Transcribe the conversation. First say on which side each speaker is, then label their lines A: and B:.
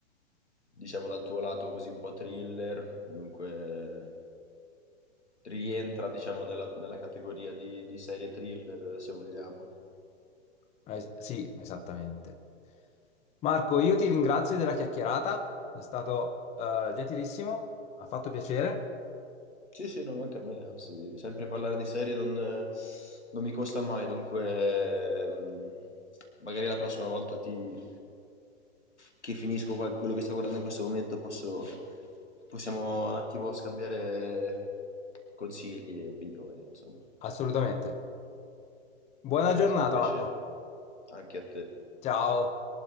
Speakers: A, on the left (about 80°); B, on the left (about 20°).
A: diciamo, dal tuo lato così un po' thriller. Dunque. rientra, diciamo, nella, nella categoria di, di serie thriller, se vogliamo.
B: Eh, sì, esattamente. Marco, io ti ringrazio della chiacchierata, è stato eh, gentilissimo, ha fatto piacere,
A: Sì, sì, no, anche a me, anzi, sempre parlare di serie non, eh, non mi costa mai, dunque ehm, magari la prossima volta ti- che finisco qual- quello che sto guardando in questo momento posso, possiamo un attimo scambiare consigli e opinioni, insomma.
B: assolutamente. Buona
A: Dai,
B: giornata,
A: è stato un piacere,
B: Marco.
A: anche a te.
B: Ciao.